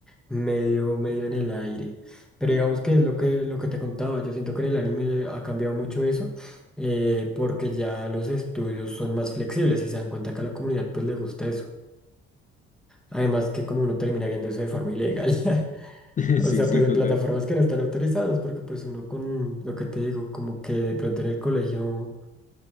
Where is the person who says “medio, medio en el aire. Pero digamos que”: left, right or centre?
Centre